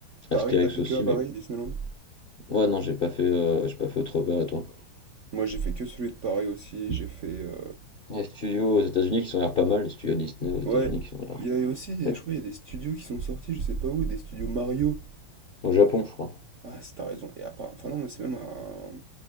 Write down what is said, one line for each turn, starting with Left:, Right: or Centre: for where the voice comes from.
Left: Astérix
Right: Paris, t'as fait
Left: aussi,
Right: que à Paris,
Left: mais
Right: Disneyland?
Left: ouais, non, j'ai pas fait, euh, j'ai pas fait autre part et toi.
Right: Moi, j'ai fait que celui de Paris aussi, j'ai fait... euh,
Left: Les studios aux États-Unis qui sont l'air pas mal, les studios Disney aux États-Unis
Right: Ouais,
Left: qui sont l'air.
Right: il y a aussi,
Left: ouais.
Right: je crois, il y a des studios qui sont sortis, je sais pas où, des studios Mario.
Left: Au Japon, je crois.
Right: Ah, c'est- t'as raison. Et appara- Enfin, non, mais c'est même un.